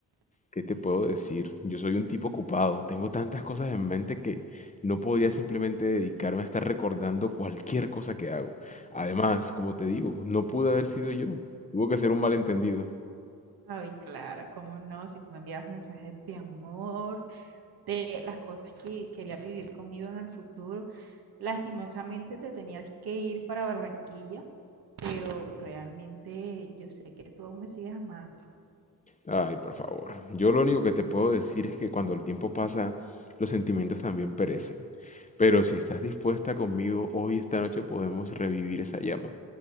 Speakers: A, on the left; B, on the right.
A: ¿Qué te puedo decir? Yo soy un tipo ocupado, tengo tantas cosas en mente que no podía simplemente dedicarme a estar recordando cualquier cosa que hago. Además, como te digo, no pude haber sido yo. Tuvo que ser un malentendido.
B: Ay, claro, cómo no, si tú me enviabas mensajes de amor, de las cosas que querías vivir conmigo en el futuro. Lastimosamente te tenías que ir para Barranquilla pero realmente yo sé que tú aún me sigues amando.
A: Ay, por favor. Yo lo único que te puedo decir es que cuando el tiempo pasa, los sentimientos también perecen. Pero si estás dispuesta conmigo, hoy esta noche podemos revivir esa llama.